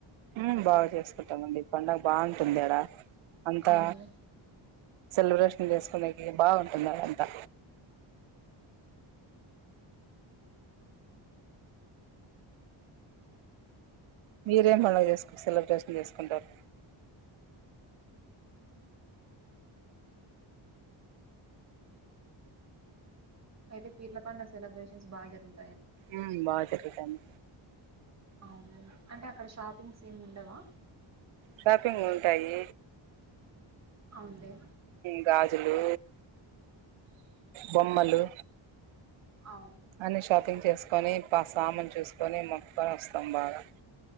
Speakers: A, on the right; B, on the right.
A: ఉమ్ బాగా చేసుకుంటామండి ఈ పండగ బాగుంటుంది ఆడా అంతా
B: అవునులే
A: సెలబ్రేషన్ చేసుకోడానికి బాగుంటుంది ఆడా అంతా మీరేం మళ్ళా చేసుకో సెలబ్రేషన్ చేసుకుంటారు
B: అయితే పీర్ల పండగ సెలబ్రేషన్స్ బాగా జరుగుతు
A: ఉమ్ బాగా జరుగుతాయి
B: అవును అన్ అంటే అక్కడ షాపింగ్స్ ఏముం ఉండవా
A: షాపింగ్ ఉంటాయి
B: అవునులే
A: గాజులు బొమ్మలు
B: అవు
A: అన్ని షాపింగ్ చేసుకొని పా సామును చూసుకొని మొక్కకొని వస్తాం బాగా